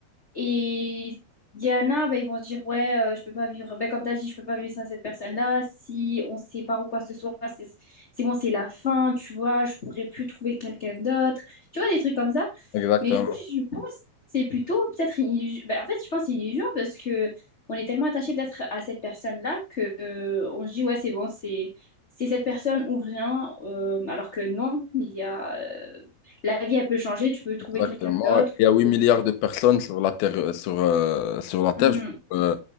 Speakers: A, on the left; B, on the left.
A: Et il y en a, ben, ils vont se dire, ouais, euh, je peux pas vivre, ben, comme tu as dit, je peux pas vivre sans cette personne-là. Si on se sépare ou quoi que ce soit, c'est c'est bon, c'est la fin, tu vois, je pourrais plus trouver quelqu'un d'autre. Tu vois, des trucs comme ça.
B: Exactement,
A: Mais du coup, je pense que c'est plutôt peut-être une illusion. Ben, en fait, je pense que c'est une illusion parce que on est tellement attaché peut-être à cette personne-là que euh, on se dit, ouais, c'est bon, c'est c'est cette personne ou rien. Euh, alors que non, il y a euh, la vie, elle peut changer, tu peux trouver
B: exactement.
A: quelqu'un d'autre.
B: ouais. Il y a
A: ou-
B: 8 milliards de personnes sur la Terre, euh, sur, euh, sur la Terre.
A: Mhm.
B: Euh,